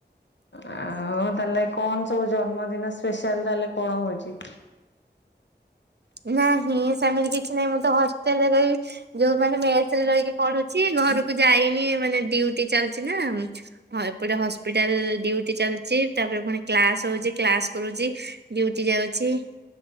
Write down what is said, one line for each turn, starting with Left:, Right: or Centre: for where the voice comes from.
Left: ଆଉ ତାହେଲେ କଣ ସବୁ ଜନ୍ମଦିନ ସ୍ପେଶାଲ ତାହେଲେ କଣ ହଉଛି?
Right: ନାହିଁ ସେମିତି କିଛି ନାହିଁ ମୁଁ ତ ହଷ୍ଟେଲରେ ରହିବି। ଯୋଉ ମାନେ ମେସରେ ରହିକି ପଢୁଛି ଘରକୁ ଯାଇନି ମାନେ ଡ୍ୟୁଟି ଚାଲଛି ନା। ହଁ ଏପଟେ ହସ୍ପିଟାଲ ଡ୍ୟୁଟି ଚାଲଛି ତାପରେ ପୁଣି କ୍ଲାସ ହଉଛି କ୍ଲାସ କରୁଛି। ଡ୍ୟୁଟି ଯାଉଛି।